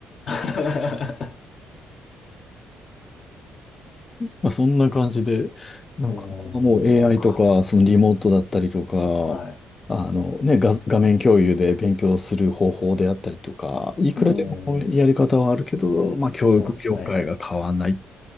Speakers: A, on the left (about 50°); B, on the left (about 30°).
A: あ。<laughs>
B: まあ、そんな感じで、なんかもう
A: うーん、そうか。
B: AI とか、そのリモートだったりとか、
A: はい。
B: あのね、画、画面共有で勉強する方法であったりとか、いくらでもやり方はあるけど、
A: うーん。
B: まあ、教育業界が変わんないん
A: そうですね。